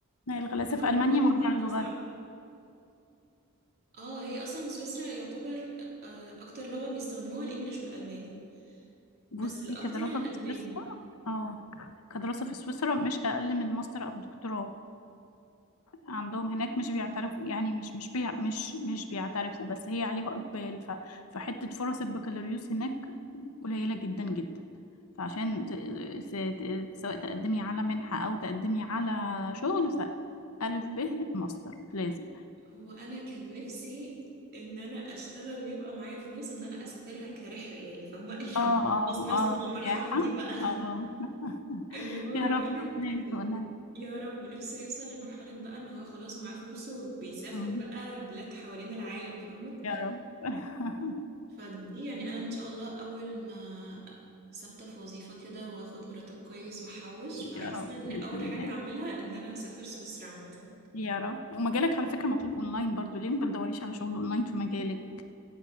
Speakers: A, on the left; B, on the right.
A: هي الغلاسه في
B: برضه
A: المانيا
B: الحوار
A: موضوع اللغه
B: ده صعب اه هي أصلا سويسرا يعتبر آه، أكتر لغة بيستخدموها الإنجليش والألماني
A: بصي
B: بس الأكتر
A: كدراسة
B: الألماني
A: في سويسرا اه كدراسة في سويسرا مش أقل من ماستر أو دكتوراه عندهم هناك مش بيعترفوا يعني مش مش بيع مش مش بيعترفوا بس هي عليها إقبال ف فحتة فرص البكالوريوس هناك قليلة جدا جدا فعشان ت... س- ت- سواء تقدمي على منحة أو تقدمي على شغل ف ألف ب ماستر لازم
B: هو أنا كان نفسي إن أنا أشتغل ويبقى معايا فلوس إن أنا أسافرها كرحلة يعني فاهمة <laughs> اليوم
A: اه اه
B: بس نوصل
A: اه
B: للمرحلة
A: سياحة
B: دي بقى
A: اه <laughs>
B: اللي هو
A: يا
B: الواحد
A: رب ربنا يرزقنا
B: يا رب نفسه يوصل لمرحلة بقى ان هو خلاص معاه فلوسه وبيسافر
A: مم.
B: بقى بلاد حوالين العالم فاهمة
A: يا رب <laughs>
B: فدي يعني انا ان شاء الله اول ما ثابتة في وظيفة كده واخد مرتب كويس واحوش فحاسة
A: يا رب
B: ان
A: بإذن
B: اول حاجة
A: الله
B: اعملها ان انا هسافر سويسرا عامة
A: يا رب ومجالك على فكرة مطلوب أونلاين برضو ليه ما بتدوريش على شغل أونلاين في مجالك